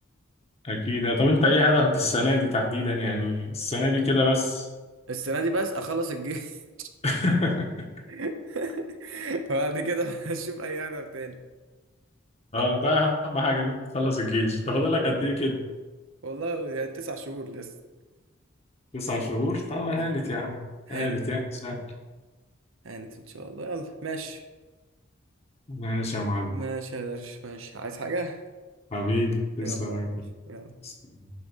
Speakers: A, on the left; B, on the right.
A: اكيد طب انت ايه هدفك السنه دي تحديدا يعني السنه دي كده بس
B: السنة دي بس اخلص الجيش
A: <laughs>
B: <laughs> وبعد كده اشوف اي هدف تاني
A: اه ده اهم حاجه ان انت تخلص الجيش طب فاضل لك قد ايه كده
B: والله يعني تسع شهور لسه
A: تسع شهور طب هانت
B: يلا.
A: يا عم
B: هانت
A: هانت يا
B: هانت
A: عم سهل.
B: هانت ان شاء الله يلا ماشي
A: ماشي يا معلم
B: ماشي يا درش ماشي عايز حاجة
A: حبيبي تسلم
B: يلا يا
A: يا
B: باشا
A: كبير.
B: يلا